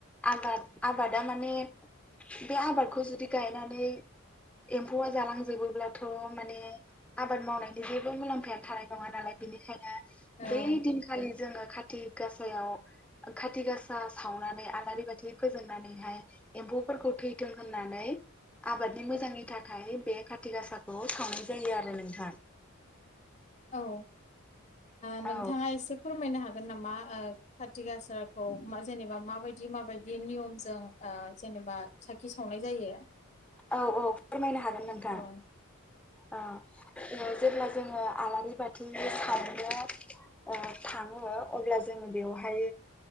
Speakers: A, in the centre; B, on the left.
A: आबाद आबादा माने बे आबादखौ जुदि गायनानै एम्फौआ जालांजोबोब्लाथ' माने आबाद मावनायनि जेबो मुलाम्फाया थानाय नङा नालाय बेनिखायनो
B: औ
A: बै दिनखालि जोङो खाथि गासायाव खाथि गासा सावनानै आलारि बाथि फोजोंनानैहाय एम्फौफोरखौ थैथों होननानै आबादनि मोजांनि थाखाय बे खाथि गासाखौ सावनाय जायो आरो नोंथां।
B: औ ओ
A: औ
B: नोंथाङा एसे फोरमायनो हागोन नामा ओ काति गासाखौ मा जेनेबा माबायदि माबायदि नियमजों ओ जेनेबा साखि सावनाय जायो।
A: औ औ फोरमायनो हागोन नोंथां
B: औ
A: औ जेब्ला जोङो आलारि बाथि सावनो ओ थाङो अब्ला जोंङो बेवहाय